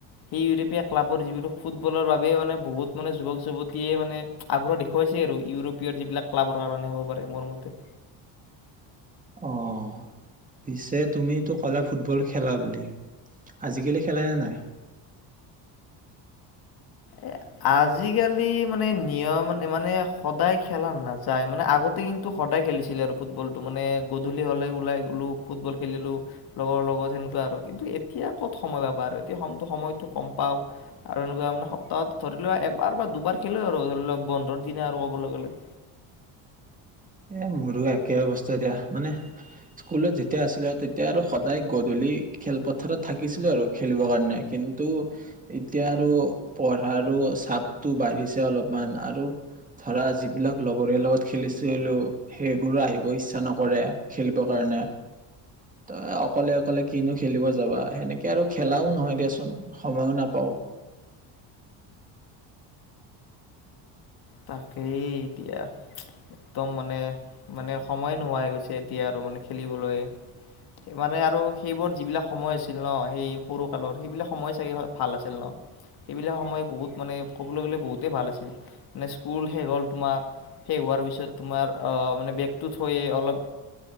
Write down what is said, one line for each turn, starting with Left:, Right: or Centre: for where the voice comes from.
Left: সেই ইউৰোপীয় ক্লাবৰ যিবোৰ ফুটবলৰ বাবে মানে বহুত মানে যুৱক যুৱতীয়ে মানে আগ্ৰহ দেখুৱাইছেই আৰু ইউৰোপীয় যিবিলাক ক্লাবৰ কাৰণে হ'ব পাৰে মোৰ মতে
Right: অ' পিছে তুমিতো ক'লা ফুটবল খেলা বুলি আজিকালি খেলা নে নাই?
Left: এ আজিকালি মানে নিয়ম মানে সদায় খেলা নাযায় মানে আগতে কিন্তু সদায় খেলিছিলে আৰু ফুটবলটো মানে গধূলি হ'লে ওলাই গলো ফুটবল খেলিলো লগৰ লগত সেনেকুৱা আৰু কিন্তু এতিয়া ক'ত সময় পাবা আৰু এতিয়া সম সময়তটো কম পাওঁ আৰু এনেকুৱা মানে তাত ধৰি লোৱা এবাৰ বা দুবাৰ খেলো আৰু ধৰি লোৱা বন্ধৰ দিনা আৰু ক'বলৈ গ'লে
Right: এ মোৰো একে অৱস্থা দিয়া মানে স্কুলত যেতিয়া আছিলে তেতিয়া আৰু সদায় গধূলি খেলপথাৰত থাকিছিলো আৰু খেলিব কাৰণে কিন্তু এতিয়া আৰু পঢ়াৰো চাপতটো বাঢ়িছে অলপমান আৰু ধৰা যিবিলাক লগৰীয় লগত খেলিছে সেইবোৰো আহিব ইচ্ছা নকৰে খেলিবৰ কাৰণে ত অকলে অকলে কিনো খেলিব যাবা সেনেকে আৰু খেলাও নহয় দিয়াচোন সময়ো নাপাওঁ
Left: তাকেই এতিয়া একদম মানে মানে সময় নোহোৱা হৈ গৈছে এতিয়া আৰু মানে খেলিবলৈ মানে আৰু সেইবোৰ যিবিলাক সময় আছিল ন সেই সৰু কালৰ সেইবিলাক সময় চাগে ভাল আছিল ন সেইবিলাক সময় বহুত মানে ক'বলৈ গ'লে বহুতেই ভাল আছিল মানে স্কুল শেষ হ'ল তোমাৰ শেষ হোৱাৰ পিছত তোমাৰ মানে বেগটো থৈয়েই অলপ